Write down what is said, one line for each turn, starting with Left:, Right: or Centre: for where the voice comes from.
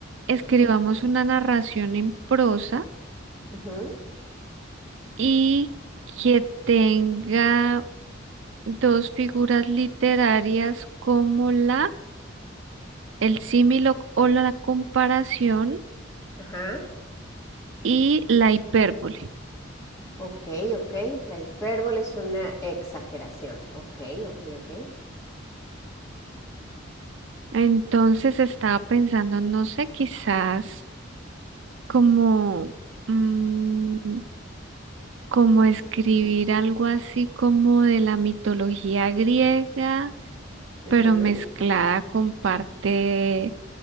Right: escribamos
Left: Ujú.
Right: una narración en prosa
Left: Ujú.
Right: y que tenga dos figuras literarias como la, el símil o o la comparación
Left: Ajá.
Right: y la hipérbole.
Left: Ok, ok. La hipérbole es una exageración. Ok, ok, ok.
Right: Entonces estaba pensando, no sé, quizás como, mm, como escribir algo así como de la mitología griega,
Left: Ujú.
Right: pero mezclada con parte